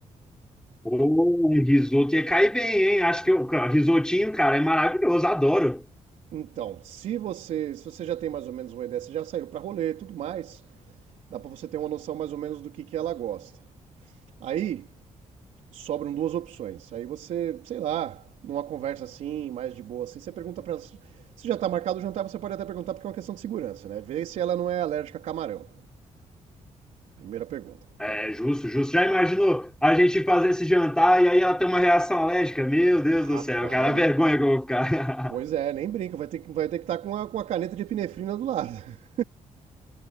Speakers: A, in the centre; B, on the right.
A: Pô, um risoto ia cair bem, hein? Acho que o risotinho, cara, é maravilhoso, adoro.
B: Então, se você, se você já tem mais ou menos uma ideia, você já saiu pra rolê e tudo mais, dá pra você ter uma noção mais ou menos do que, que ela gosta. Aí, sobram duas opções. Aí você, sei lá, numa conversa assim, mais de boa assim, você pergunta para ela se já tá marcado o jantar, você pode até perguntar porque é uma questão de segurança, né? Vê se ela não é alérgica a camarão. Primeira pergunta.
A: É
B: Fala para
A: justo,
B: ela.
A: justo. Já imaginou a gente fazer esse jantar e aí ela tem uma reação alérgica? Meu Deus
B: Rapaz,
A: do céu, cara, a vergonha que eu vou ficar.
B: pois é, nem brinca, vai ter que vai ter que estar com a, com a caneta de epinefrina do lado. <laughs>